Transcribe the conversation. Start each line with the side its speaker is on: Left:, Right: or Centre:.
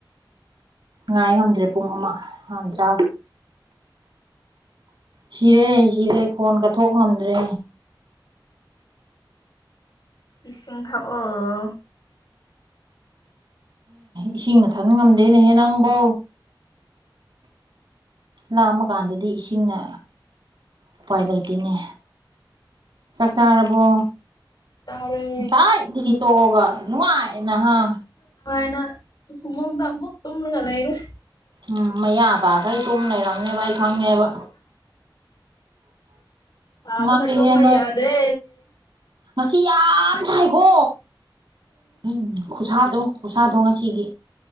Right: ꯉꯥꯏ ꯉꯝꯗ꯭ꯔꯦ ꯄꯨꯡ ꯑꯃ ꯍꯥꯟ ꯆꯥ ꯁꯤꯔꯦ ꯁꯤꯔꯦ ꯈꯣꯟꯒ ꯊꯣꯛ ꯉꯝꯗ꯭ꯔꯦ
Left: ꯏꯁꯤꯡ ꯊꯥꯛ ꯑꯣ
Right: ꯏꯁꯤꯡꯅ ꯊꯟ ꯉꯝꯗꯦꯅꯦꯍꯦ ꯅꯪꯕꯣ ꯂꯥꯝꯃ ꯀꯥꯟꯗꯗꯤ ꯏꯁꯤꯡꯅ ꯎꯄꯥꯏ ꯂꯩꯇꯦꯅꯦ ꯆꯥꯛ ꯆꯥꯔꯕꯣ
Left: ꯆꯥꯔꯦ
Right: ꯉꯁꯥꯏꯗꯒꯤ ꯇꯣꯛꯑꯒ ꯅꯨꯡꯉꯥꯏ ꯅꯍꯥ
Left: ꯅꯨꯡꯉꯥꯏꯅ <unintelligible> ꯇꯨꯝꯂꯒ ꯂꯩꯔꯦ
Right: ꯎꯝ ꯃꯌꯥ ꯀꯥꯒꯩ ꯇꯨꯝ ꯂꯩꯔꯝꯅꯦꯕ ꯑꯩ ꯈꯪꯉꯦꯕ
Left: ꯁꯥꯕꯅ
Right: ꯉꯛꯏꯍꯦ
Left: ꯇꯨꯝꯕ
Right: ꯅꯣꯏ
Left: ꯌꯥꯗ꯭ꯔꯦ
Right: ꯉꯁꯤ ꯌꯥꯝ ꯁꯥꯏꯀꯣ ꯎꯝ ꯈꯨꯁꯥꯗꯣ ꯈꯨꯁꯥꯗꯣ ꯉꯁꯤꯒꯤ